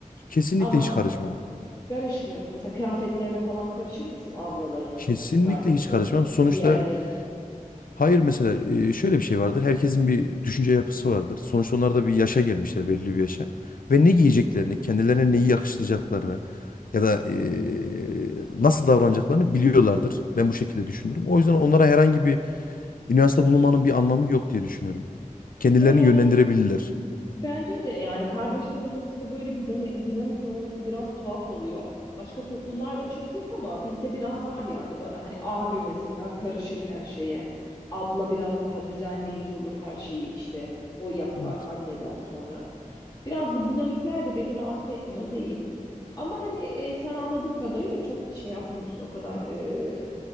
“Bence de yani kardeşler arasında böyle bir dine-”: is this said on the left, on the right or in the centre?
Left